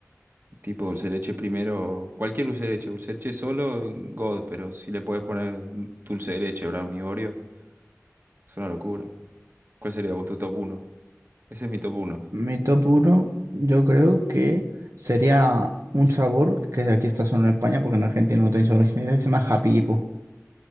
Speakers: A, on the right; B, on the right.
A: Tipo dulce de leche primero, cualquier dulce de leche, dulce de leche solo, God, pero si le puedes poner dulce de leche, brownie, Oreo, es una locura. ¿Cuál sería vos tu top uno Ese es mi top uno
B: Mi top uno yo creo que sería un sabor que aquí está solo en España, porque en Argentina no tenéis originalidad, que se llama Happy Hippo.